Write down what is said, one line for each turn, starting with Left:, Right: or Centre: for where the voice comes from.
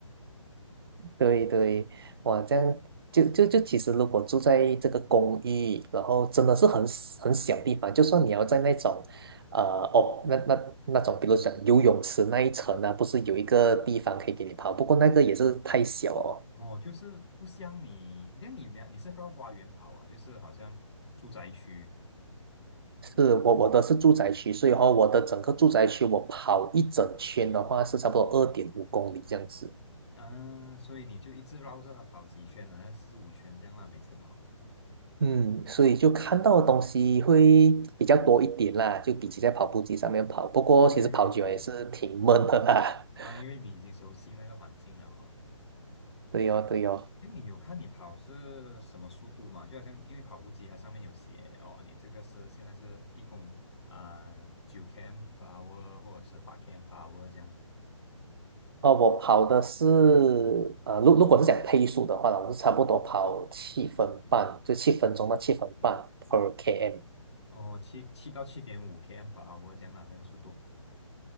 Right: 对对，哇，这样就就就其实如果住在这个公寓，然后真的是很 s- 很小地方，就算你要在那种，呃，哦，那那那种，比如讲游泳池那一层呢、不是有一个地方可以给你跑，不过那个也是太小哦。
Left: 哦，就是不像你，那你呢？你是绕花园跑啊？就是好像住宅区。
Right: 是我我的是住宅区，所以话我的整个住宅区我跑一整圈的话是差不多二点五公里这样子。
Left: 啊，所以你就一直绕着它跑几圈，好像四五圈这样啦，每次跑。
Right: 嗯，所以就看到的东西会比较多一点啦，就比起在跑步机上面跑。不过其实跑久了也是挺闷的啦。
Left: 对，
Right: <laughs>
Left: 啊，因为你已经熟悉那个环境了哦。
Right: 对哦，对哦。
Left: 哎，你有看你跑是什么速度吗？就好像因为跑步机它上面有写哦，你这个是现在是一共啊九 km per hour 或者是八 km per hour 这样。
Right: 哦，我跑的是，呃，如如果是讲配速的话呢，我是差不多跑七分半，就七分钟到七分半 per km。
Left: 哦，七七到七点五 km per hour 这样啦，那个速度。